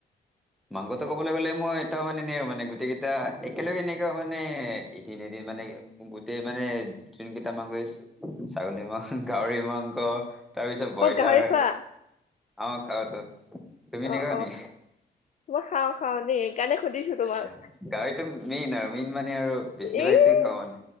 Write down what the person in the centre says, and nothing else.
মাংসতে ক'বলৈ গ'লে মই এটা মানে এনে মানে গোটেইকেইটা একেলগে এনেকুৱা মানে এদিন, এদিন মানে গোটেই মানে জোনকেইটা মাংগৈছ ছাগলী মাং, গাহৰি মাংস তাৰপিছত ব্ৰইলাৰ।
অ' কাউটো, তুমি
নেগোৱা
নি?
আচ্ছা গাহৰিটো মেইন আৰু মেইন মানে আৰু বেছিভাগ
এইটোৱে
খাওঁ মানে